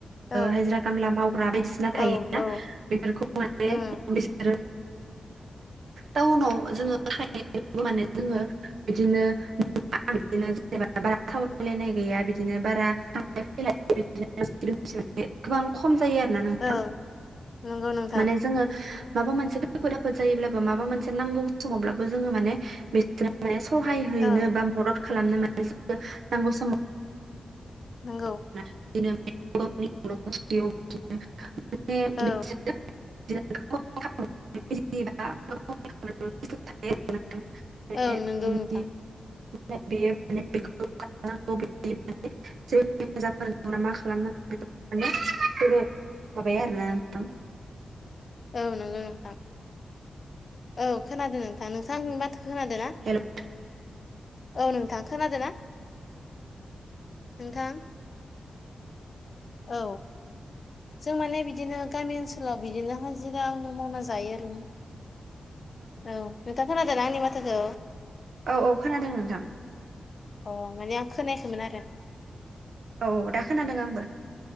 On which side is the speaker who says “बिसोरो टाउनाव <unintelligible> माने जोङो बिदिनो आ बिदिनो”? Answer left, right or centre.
Right